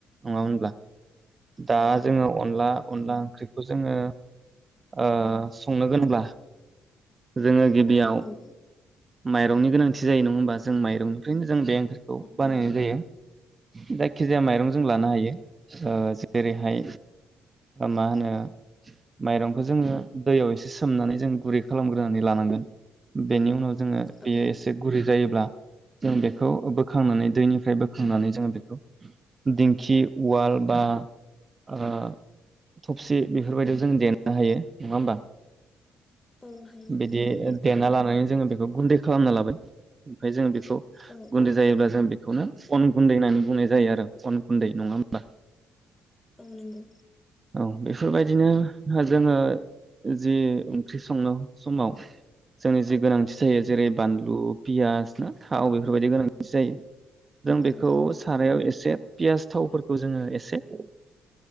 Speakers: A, on the right; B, on the left.
A: नङा होनब्ला। दा
B: औ
A: जोङो अनला अनला
B: औ
A: ओंख्रिखौ जोङो ओ संनो गोनांब्ला। जोङो। गिबियाव।
B: औ
A: माइरंनि गोनांथि जायो नङा होनबा जों माइरंनिफ्रायनो जों बे ओंख्रि- खौ बानायनाय
B: नंगौ
A: जायो। जायखिजाया माइरं जों लानो हायो ओ जेरैहाय मा होनो माइरंखो जोङो दैयाव एसे सोमनानै जों गुरै खालामग्रोनानै लानांगोन बेनि उनाव जोङो
B: औ
A: बेयो
B: औ
A: एसे गुरै जायोब्ला जों बेखौ बोखांनानै दैनिफ्राय बोखांनानै जोङो बेखौ दिंखि उवाल बा ओ थबसि बेफोरबायदियाव जों देनो हायो नङा होमबा।
B: औ हायो
A: बिदि
B: नोंगौ।
A: देना लानानै जोङो बेखौ गुन्दै खालामना लाबाय ओमफाय जोङो बेखौ
B: औ
A: गुन्दै जायोब्ला जों बेखौनो अन गुन्दै होननानै बुंनाय जायो आरो अन गुन्दै नङा होमबा।
B: औ नोंगौ।
A: औ बेफोरबायदिनो जोङो जि ओं ख्रि संनो समाव जोंनि जि गोनांथि जायो जेरै बानलु पियास ना थाव बेफोरबायदि गोनांथि जायो। जों बेखौ
B: औ
A: सारायाव एसे। पियास थावफोरखौ जोङो एसे ओ